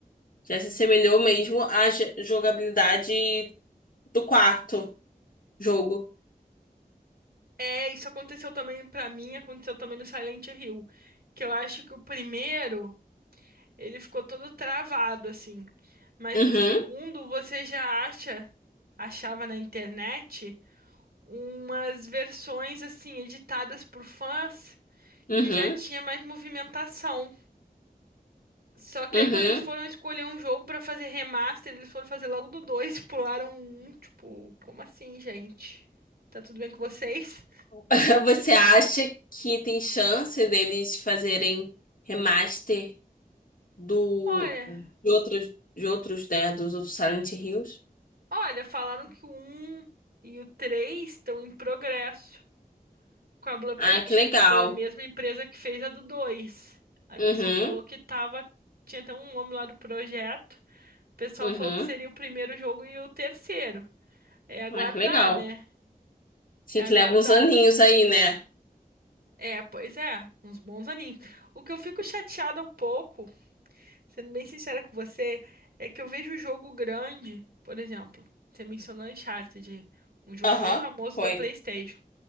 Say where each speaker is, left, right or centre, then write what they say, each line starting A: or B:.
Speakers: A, on the left (about 60°); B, on the right (about 85°).
A: Já se assemelhou mesmo à j- jogabilidade do quarto jogo.
B: É, isso aconteceu também pra mim, aconteceu também no Silent Hill, que eu acho que o primeiro, ele ficou todo travado assim, mas
A: Uhum,
B: o segundo você já acha, achava na internet umas versões assim editadas por fãs
A: uhum,
B: que já tinha mais movimentação. Só que
A: uhum.
B: aí quando eles foram escolher um jogo pra fazer remaster, eles foram fazer logo do dois <laughs> pularam um, tipo, como assim, gente? Tá tudo bem com vocês?
A: <laughs> Você acha que tem chance deles fazerem remaster? do
B: Olha,
A: de outros de outros, né, dos outros Silent Hills.
B: olha, falaram que o um e o 3 estão em progresso com a Blooperteam,
A: Ah, que legal.
B: que foi a mesma empresa que fez a do dois Aí o
A: Uhum,
B: pessoal falou que tava, tinha até um nome lá do projeto O pessoal
A: uhum.
B: falou que seria o primeiro jogo e o terceiro. É aguardar,
A: Ah, que legal.
B: né?
A: Sim,
B: É
A: que
B: aguardar.
A: leva uns aninhos aí, né?
B: É, pois é, uns bons aninhos. O que eu fico chateada um pouco, sendo bem sincera com você, é que eu vejo o jogo grande, por exemplo, você mencionou Uncharted, aí, um jogo
A: Aham,
B: bem famoso
A: foi.
B: da PlayStation,